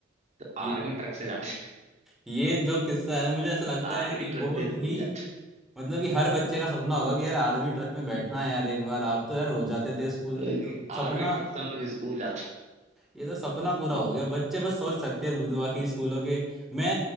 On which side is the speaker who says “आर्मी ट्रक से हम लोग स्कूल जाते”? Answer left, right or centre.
Right